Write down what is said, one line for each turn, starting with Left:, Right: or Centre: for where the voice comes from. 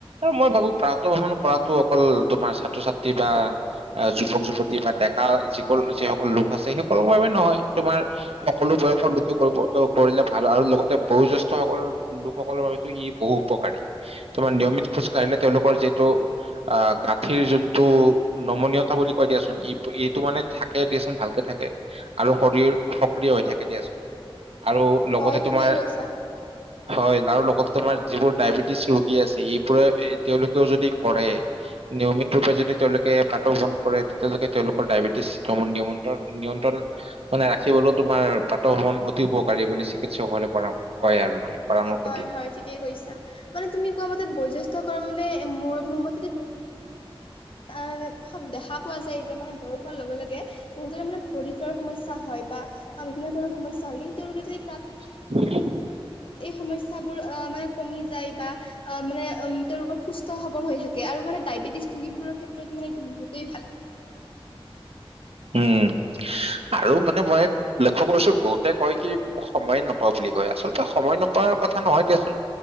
Right: মই ভাবো প্ৰাত ভ্ৰমণ কৰাটোো অকল তোমাৰ ছাত্ৰ ছাত্ৰী বা আহ যুৱক যুৱতী বা ডেকা যি যিসকল লোক আছে সেই সকলৰ বাবে নহয় তোমাৰ সকলো। বয়সৰ লোকে কৰিব কৰিলে ভাল আৰু লগতে বয়োজ্যেষ্ঠসকলৰ লোকসকলৰ বাবেতো ই বহু উপকাৰী। তাৰমাৰ নিয়মিত খোজ কঢ়িলে তেওঁলোকৰ যিটো আহ গাঁঠিৰ যোন টো নমনীয়তা বুলি কয় দিয়াচোন এইটো মানে থাকে দিয়াচোন ভালকে থাকে আৰু শৰীৰ সক্ৰিয় হৈ থাকে দিয়া চোন আৰু লগতে
Left: হয় ঠিকেই
Right: তোমাৰ
Left: কৈছা
Right: হয় আৰু লগতে তোমাৰ যিবোৰ ডায়বেটিছ ৰোগী আছে এইবোৰে তেওঁলোকেও যদি কৰে। নিয়মিত ৰূপ যদি তেওঁলোকে পাত বন কৰে তেতিয়ালৈকে তেওঁলোকৰ ডায়েবেটিছ নিয়ন্ত্ৰণ নিয়ন্ত্ৰণ মানে ৰাখিবলৈও তোমাৰ পাত ভ্ৰমন অতি উপকাৰী বুলি চিকিৎসকসকলে পৰা কয় আৰু মানে পৰামৰ্শ
Left: হয়
Right: দিয়ে
Left: হয় ঠিকেই কৈছা মানে তুমি কোৱা মতে বয়োজেষ্ঠ মানে মোৰ মোৰ মতেদি
Right: <inaudible>
Left: অ' দেখা পোৱা যায় যে মানে বয়স হোৱাৰ লগে লগে বহুত মানে ভৰি যোৱাৰ সমস্যা হয় বা বিভিন্ন ধৰণৰ সমস্য হয় কিন্তু তেওঁলোক যদি প্ৰাত
Right: <inaudible>
Left: এই সমস্যাবোৰ অ মানে কমি যায়। বা অ' মানে উম তেওঁলোকৰ সুস্থ সবৰ হৈ থাকে আৰু মানে। ডায়বেটিছ ৰোগীবোৰাৰ ক্ষেত্ৰতো মানে এইটো বহুতেই ভাল
Right: উম আৰু মানে মই লক্ষ্য কৰিছো বহুতে কয় কি মোক সময়ে নপাওঁ বুলি কয় আচলতে সময় না পোৱা কথা নহয় দিয়াচোন